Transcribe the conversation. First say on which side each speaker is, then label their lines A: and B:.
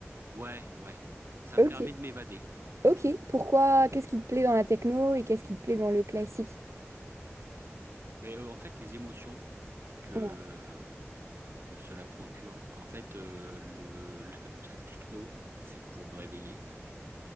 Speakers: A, on the right (about 55°); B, on the right (about 75°).
A: ouais, ouais. Ça
B: Ok,
A: me permet de m'évader.
B: ok. Pourquoi? Qu'est-ce qui te plaît dans la techno et qu'est-ce qui te plaît dans le classique?
A: Mais euh, en fait, les émotions que
B: Ouais,
A: que cela procure. En fait, euh, le, le- <laughs> la techno, c'est pour me réveiller,